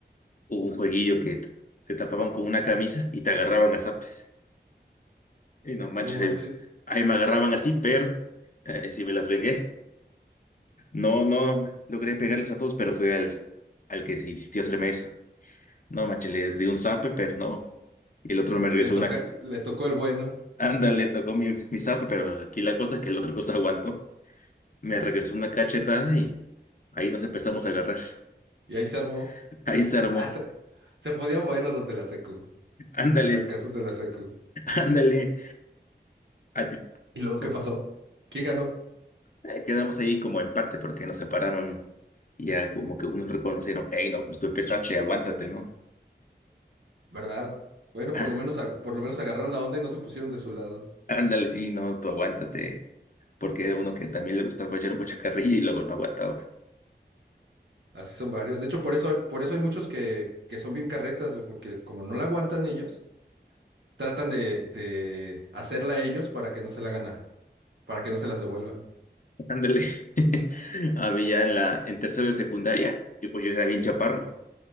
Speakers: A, on the left; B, on the right.
A: hubo un jueguillo que t- te tapaban con una camisa y te agarraban a zapes. Y no manches,
B: No manches.
A: ahí, ahí me agarraban así, pero eh, sí me las vengué. No, no logré pegarles a todos, pero fue al, al que se insistió a hacerme eso. No, manches, le di un zape, pero no. Y el otro me regresó
B: Le toca,
A: una.
B: le tocó el bueno
A: Ándale, tocó mi, mi zape, pero aquí la cosa es que el otro no se aguantó. Me regresó una cachetada y ahí nos empezamos a agarrar.
B: y ahí se armó.
A: <laughs> Ahí se armó.
B: Ah, se, se ponían buenos los de la secu,
A: Ándale,
B: los trancazos de la secu.
A: ándale. A ti-
B: ¿Y luego qué
A: com-
B: pasó? ¿Quién ganó?
A: eh, quedamos ahí como empate porque nos separaron. y Ya como que unos reconocieron, hey, no, pues tú empezaste, aguántate, ¿no?
B: ¿Verdad? Bueno,
A: <laughs>
B: por lo menos, ag- por lo menos agarraron la onda y no se pusieron de su lado.
A: Ándale, sí, no, tú aguántate. Porque era uno que también le gustaba echar mucha carrilla y luego no aguantaba.
B: Así son varios. De hecho, por eso hay, por eso hay muchos que, que son bien carretas, güey, porque como no la aguantan ellos, tratan de, de hacerla ellos para que no se la gana, para que no se las devuelvan.
A: Ándale. <laughs> A mí ya en la, en tercero de secundaria, yo pues yo era bien chaparro.